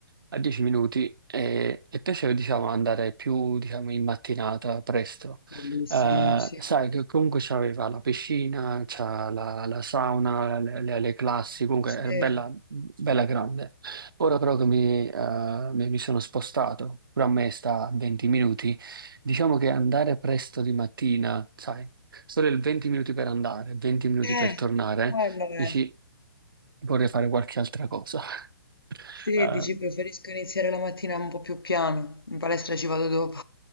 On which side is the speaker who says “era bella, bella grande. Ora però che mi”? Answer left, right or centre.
Right